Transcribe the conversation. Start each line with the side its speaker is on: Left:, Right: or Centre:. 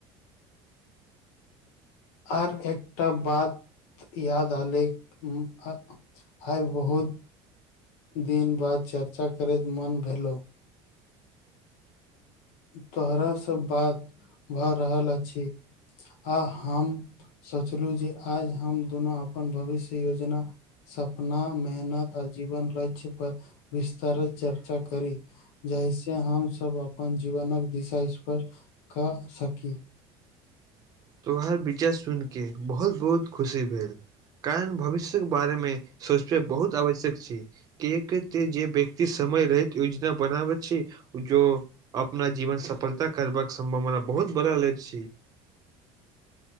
Left: आर एकटा बात याद आले आइ बहुत दिन बाद चर्चा करैत मन भेलो तोहरा सब बात भए रहल अछि आ हम सोचलौ जे आज हम दुनू अपन भविष्य योजना सपना मेहनत आजीवन लछय पर विस्तारित चर्चा करि जैसे हमसभ अपन जीवनक दिशा स्पर्श क सकी
Right: तोहार विचार सुन केऽ बहुत बहुत खुशी भेल कारण भविष्य बारे मे सोचबे बहुत आवश्यक छि कियेक त जे व्यक्त समय रहैत योजना बनाबै छै जो अपना जीवन सफलता करबक सम्भव बहुत बड़ा लैत छी